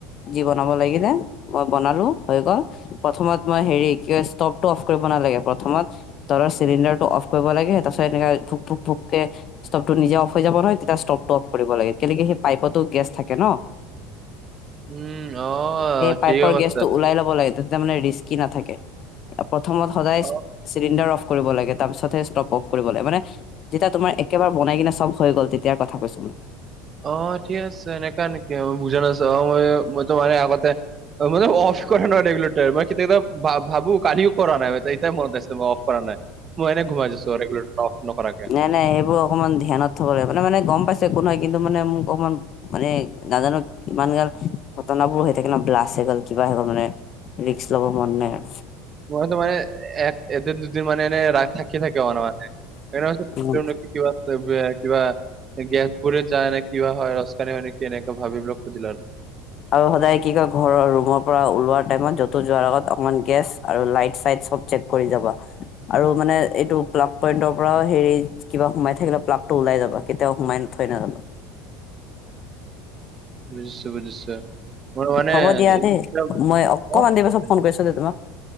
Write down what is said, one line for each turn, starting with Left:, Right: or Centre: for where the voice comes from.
Left: যি, বনাব লাগিলে মই বনালো হৈ গ'ল, প্ৰথমত মই হেৰি ষ্টিভটো অফ কৰিব নালাগে, প্ৰথমত তলৰ চিলিণ্ডাৰটো অফ কৰিব লাগে তাৰপিছত এনেকে ফুক ফুক ফুকে ষ্টভটো নিজে অফ হৈ যাব নহয়, তেতিয়া ষ্টভটো অফ কৰিব লাগে কেলেকি সেই পাইপতো গেছ থাকে ন'।
Right: উম অ
Left: সেই পাইপৰ
Right: ঠিকে কৈছা
Left: গেছটো ওলাই ল'ব লাগে তেতিয়া মানে ৰিস্কি নাথাকে। প্ৰথমত সদায়
Right: অ
Left: চিলিণ্ডাৰ অফ কৰিব লাগে, তাৰপিছতহে ষ্টপ অফ কৰিব লাগে মানে যেতিয়া তোমাৰ একোৰে বনাই কিনে চব হৈ গ'ল তেতিয়াৰ কথা কৈছো মই।
Right: অ', ঠিক আছে এনেকা নেকি ম বুজা নাছো অ', মই মইটো মানে আগতে মানে অফ কৰা নাই ৰেগুলাৰটাৰ মই কেতিয়াবা ভাবোঁ। কালিও কৰা নাই এতিয়া মনত আছে মই অ'ফ কৰা নাই মই এনে ঘুমাইছো ৰেগুলেতৰটো অ'ফ নকৰাকে।
Left: নাই নাই সেইবোৰ অকণমান ধ্যানত থ'ব লাগিব, মানে মানে গ'ম পাইছে কোন হয়, কিন্তু মানে মোক অকণমান মানে নাজানো ইমান গাল ঘটনাবোৰ হৈ থাকে ন' ব্লাছ হৈ গ'ল কিবা হৈ গ'ল মানে ৰিক্স লব মন নাই আৰু।
Right: মইতো মানে এক এদিন দুদিন মানে এনেই ৰা থাকি থাকে মান মানে এনে <unintelligible>
Left: উম
Right: পুুৰত যায় না কিবা হয়, ৰসকানেক এনেকে ভাবিব ৰ খুজিলাৰ।
Left: আৰু সদায় কি কয় ঘৰৰ ৰুমৰ পৰা ওলোৱা টাইমত য'তো যোৱাৰ আগত অকমান গেছ আৰু লাইট চাইট চব চেক কৰি যাবা, আৰু মানে এইটো প্লাগ পইন্টৰ পৰা হেৰি কিবা সোমাই থাকিলে, প্লাগটো ওলাই যাবা কেতিয়াও সোমাই থৈ নাজাবা।
Right: বুজিছো, বুজিছো। মই মানে,
Left: হ'ব দিয়া
Right: এই
Left: দেই মই অকমান
Right: <unintelligible>
Left: দেৰি পাছত ফোন কৰিছো দেই তোমাক